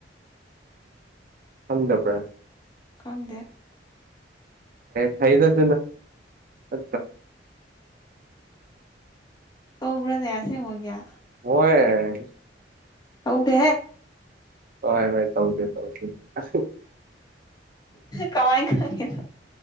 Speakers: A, on the right; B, on the left.
A: ꯍꯪꯗꯕ꯭ꯔ
B: ꯈꯪꯗꯦ
A: ꯊꯗ ꯇꯅ ꯑ
B: ꯇꯧꯕ꯭ꯔꯅꯦ ꯑꯁꯦꯡꯉꯒꯦ
A: ꯍꯣꯏ
B: ꯍꯧꯗꯦ
A: ꯍꯣꯏ ꯍꯣꯏ ꯆꯧꯗ ꯆꯧ ꯆ
B: ꯀꯃꯥꯏ ꯀꯃꯥꯏꯅꯣ